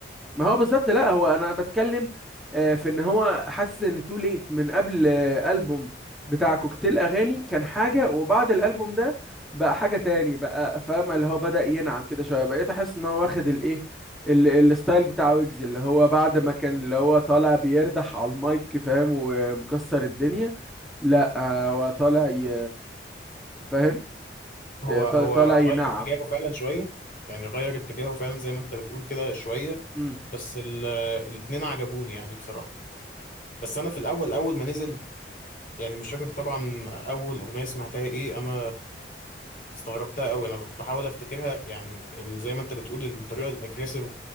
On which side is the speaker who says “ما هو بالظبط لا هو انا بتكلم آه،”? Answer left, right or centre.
Centre